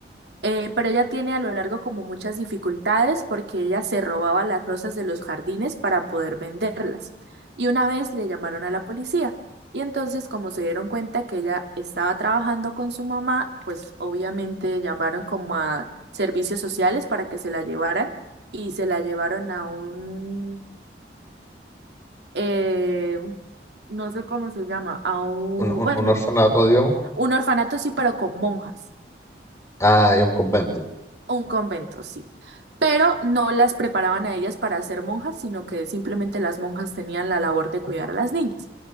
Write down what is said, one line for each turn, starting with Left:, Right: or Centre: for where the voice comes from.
Right: Eh, pero ella tiene a lo largo como muchas dificultades porque ella se robaba las rosas de los jardines para poder venderlas. Y una vez le llamaron a la policía. Y entonces, como se dieron cuenta que ella estaba trabajando con su mamá, pues obviamente llamaron como a servicios sociales para que se la llevaran y se la llevaron a un, eh, no sé cómo se llama, a un,
Left: un, un
Right: bueno,
Left: un orfanato, digamos.
Right: un orfanato sí, pero con monjas.
Left: Ah, y un convento.
Right: Un convento, sí. Pero no las preparaban a ellas para ser monjas, sino que simplemente las monjas tenían la labor de cuidar a las niñas.